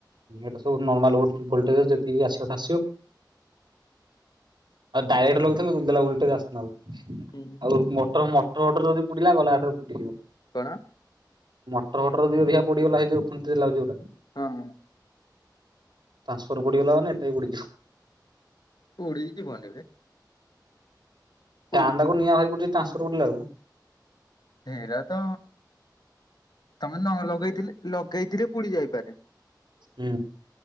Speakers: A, on the right; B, on the left.
A: ଏଟା ସୁବୁ ନର୍ମା ଭୋଲଟେଜ ଯେତିକି ଆସିବା କଥା ଆସିବ। ଆଉ ଡାଇରେକ୍ଟ ଲଗେଇଥିଲେ ଦୁଲୁଦାଲ ଭୋଲ୍ଟେଜ ଆସନ୍ତା ଆଉ।
B: ହୁଁ ହୁଁ।
A: ଆଉ ମଟର ମଟର ଫଟର ଯଦି ପୁଡିଲା ଗଲାରେ ପୁ <inaudible>
B: କଣ
A: ମଟର ଫଟର ଅଧିକ ପୋଡିଗଲା ହେ ଯୋଉ ଖୁଣ୍ଟିରେ ଗୁରା।
B: ହଁ।
A: ଟ୍ରାସଫର ପୋଡ଼ିଗଲା ମାନେ ଏଟା ବି ପୋଡିଯିବ।
B: ଉଡ଼ି ଜୀବନୀ ବେ ପୋଡି
A: ଫ୍ୟାନ ଟାକୁ କୁ ନିଆ ଭହାରି ପଡିଛି ଟ୍ରାସଫର ପୋଡିଲା ଆକୁ।
B: ହେରା ତ ତମେ ନ ଲଗେଇଥିଲେ ଲଗେଇଥିଲେ ପୁଡି ଯାଇପାରେ।
A: ହୁଁ।